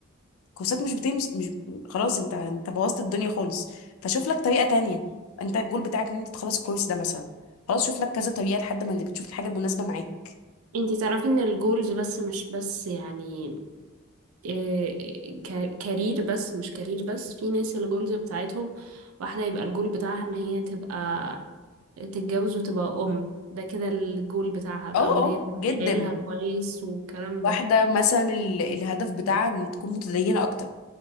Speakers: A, on the left; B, on the right.
A: كورسات مش بتمشي مش خلاص انت انت بوظت الدنيا خالص فشوف لك طريقه تانية انت الجول بتاعك ان انت تخلص الكورس ده مثلا خلاص شوف لك كذا طريقه لحد ما اللي بتشوف الحاجه المناسبه معاك
B: انتي تعرفي ان الجولز بس مش بس يعني إيه ك- كارير بس مش كارير بس في ناس الجولز بتاعتهم واحدة يبقى الجول بتاعها ان هي تبقى تتجوز وتبقى أم ده كده الجول بتاعها بقى
A: اه
B: وان
A: اه
B: هي تربي
A: جدا
B: عيالها كويس والكلام ده
A: واحده مثلا ال... الهدف بتاعها ان تكون متدينه اكتر